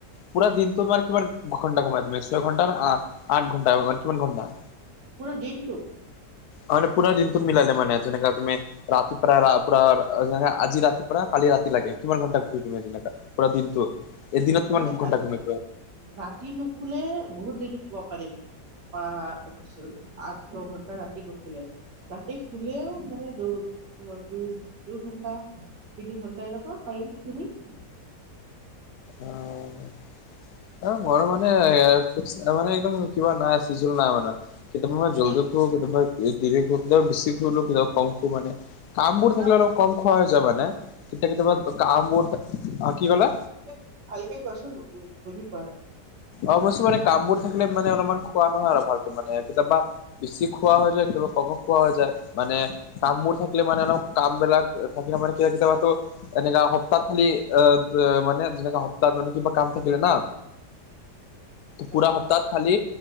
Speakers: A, on the left; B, on the right.
A: পুৰা দিনটো তানে কিমান ঘণ্টা ঘোমাই, ছয় ঘণ্টা নে আঠ ঘণ্টা মানে কিমান ঘণ্টা?
B: পুৰা দিনটো।
A: অ মানে পুৰা দিনটো মিলালে মানে যেনেকা তুমি ৰাতিপাৰা ৰা পুৰা যে আজি ৰাতিপৰা কালি ৰাতি লেকে, কিমান ঘণ্টা ঘূৰি তুমি যেনেকুৱা? পুৰা দিনটো। এদিনত কিমান
B: মানে
A: ঘণ্টা
B: আ
A: ঘুমাই
B: ৰাতি নুশুলে বহুত দেৰি শুব পাৰিম। বা আঠ, আঠ ন ঘণ্টা ৰাতি নুশুলে? ৰাতি খুলেও মানে দৌ। ইহতি দুঘণ্টা - তিনি ঘণ্টা এনেকুৱা পাৰিম তুমি?
A: অহ', অ মৰো মানে খুবচ এটা মনে একদম কিবা নাই চিজিল নাই মানে, কেতিয়াবা মানে জলদি
B: কি
A: শু কেতিয়াবা দেৰিকে উঠিলে বেছি শু, কম খু মানে কামবোৰ
B: শুনা
A: থাকিলে অলপ কম খোৱা হৈ যায় মানে। কেতিয়াবা কেতিয়াবা গা মোৰ অ কি কলে?
B: এ ভালকে কোৱাচোন উম বুজি পোৱা নাই?
A: অৱশ্যে মানে কামবোৰ থাকিলে মানে অলপমান খোৱা নহয় আৰু ভালকে মানে কেতিয়াবা বেছি খোৱা হৈ যায় কেতিয়াবা কমত খোৱা হৈ যায় মানে কামবোৰ থাকিলে মানে অলপ কামবিলাক তেওঁ থাকিলে মানে কি হয় কেতিয়াবাতো এনেকা সপ্তাহত খালি, অ ব মানে যেনেকা সপ্তাহত মানে কিবা কাম থাকিলে না
B: হয়
A: পুৰা সপ্তাহত খালি